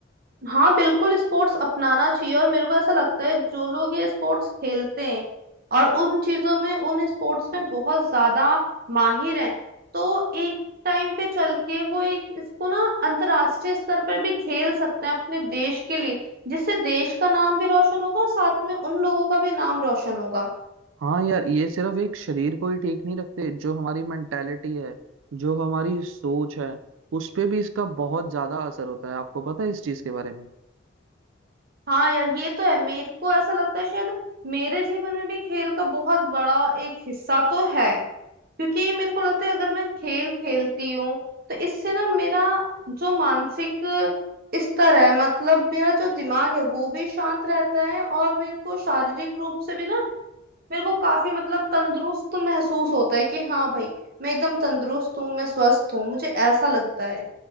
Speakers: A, on the right; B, on the right.
A: हाँ बिल्कुल स्पोर्ट्स अपनाना चाहिए और मेरे को ऐसा लगता है जो लोग ये स्पोर्ट्स खेलते हैं और उन चीजों में उन स्पोर्ट्स में बहुत ज्यादा माहिर हैं तो एक टाइम पे चल के वो एक इसको ना अंतर्राष्ट्रीय स्तर पर भी खेल सकते हैं अपने देश के लिए जिससे देश का नाम भी रोशन होगा और साथ में उन लोगों का भी नाम रोशन होगा
B: हाँ यार ये सिर्फ एक शरीर को ही ठीक नहीं रखते जो हमारी मेंटेलिटी है जो हमारी सोच है उस पे भी इसका बहुत ज्यादा असर होता है आपको पता है इस चीज के बारे में
A: हाँ यार ये तो है मेरे को ऐसा लगता है शायद मेरे जीवन में भी खेल का बहुत बड़ा एक हिस्सा तो है क्योंकि मेरे को लगता है अगर मैं खेल खेलती हूँ तो इससे ना मेरा जो मानसिक स्तर है मतलब मेरा जो दिमाग है वो भी शांत रहता है और मेरे को शारीरिक रूप से भी ना मेरे को काफी मतलब तंदुरुस्त महसूस होता है कि हाँ भाई मैं एकदम तंदुरुस्त हूँ मैं स्वस्थ हूँ मुझे ऐसा लगता है